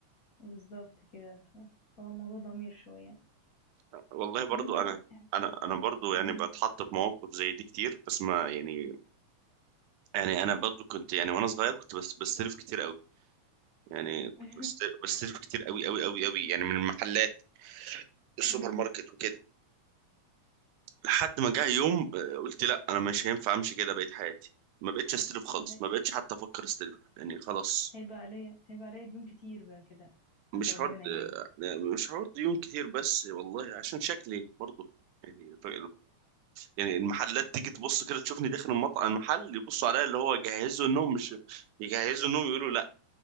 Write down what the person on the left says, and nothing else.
بالظبط كده ف- فهو الموضوع ضمير شوية
طب انت
يعني
مم.
<laughs>
آه.
وهي-
هيبقى عليا هيبقى عليا ديون كتير بقى كده
عند ربنا
يعني